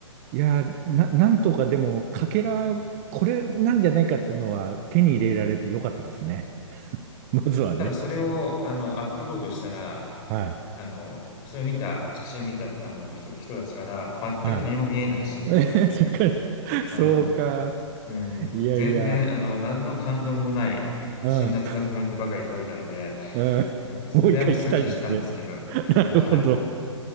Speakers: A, on the right (about 30°); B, on the left (about 25°).
A: いやー、な、なんとかでも、かけら、これなんじゃないかっていうのは手に入れられてよかったですね。<laughs> まずはね。
B: ただそれを、あの、アップロードしたら、
A: はい。
B: あの、それを見た写真を見た、あの、人人たちから「全く何も見えないし」みたいな、
A: はい。<laughs>
B: うん。
A: そっかそうか。
B: あのうん、
A: いやいや。
B: 全然、あの、何の感動もない、
A: うん。
B: 辛辣なコメントばかり届いたので、
A: うん。
B: なんかそれはもうすぐ消したんですけど、
A: もう一回行きたいですね。<laughs> なるほど。
B: もう、はい。